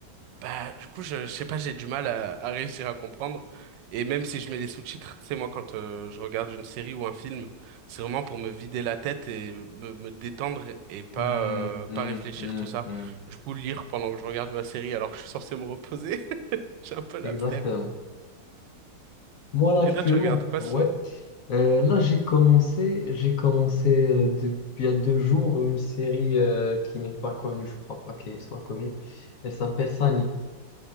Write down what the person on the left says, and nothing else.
Hmm,
hmm,
hmm,
hmm.
Exactement.
Moi, là, actuellement,
ouais.
Euh, là, j'ai commencé, j'ai commencé euh, depuis il y a deux jours une série euh, qui n'est pas connue, je crois pas qu'elle soit connue. Elle s'appelle Sunny.